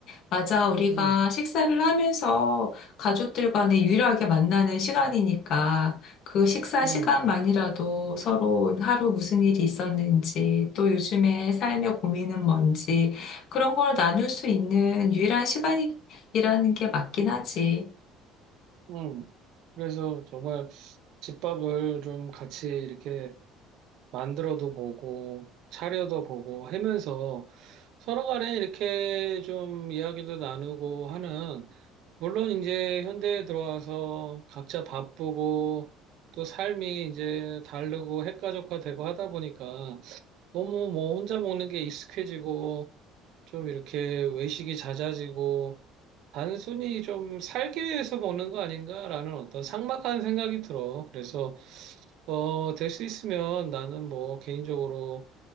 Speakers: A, on the left (about 50°); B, on the right (about 55°).
A: 맞아. 우리가
B: 음.
A: 식사를 하면서 가족들 간에 유일하게 만나는 시간이니까 그 식사
B: 음,
A: 시간만이라도 서로 하루 무슨 일이 있었는지, 또 요즘에 삶의 고민은 뭔지, 그런 걸 나눌 수 있는 유일한 시간이라는 게 맞긴 하지.
B: 음. 그래서 정말 집밥을 좀 같이 이렇게 만들어도 보고, 차려도 보고 하면서 서로 간에 이렇게 좀 이야기도 나누고 하는, 물론 이제 현대에 들어와서 각자 바쁘고, 또 삶이 이제 다르고 핵가족화되고 하다 보니까 너무 뭐 혼자 먹는 게 익숙해지고, 좀 이렇게 외식이 잦아지고, 단순히 좀 살기 위해서 먹는 거 아닌가라는 어떤 삭막한 생각이 들어. 그래서, 어, 될 수 있으면 나는 뭐 개인적으로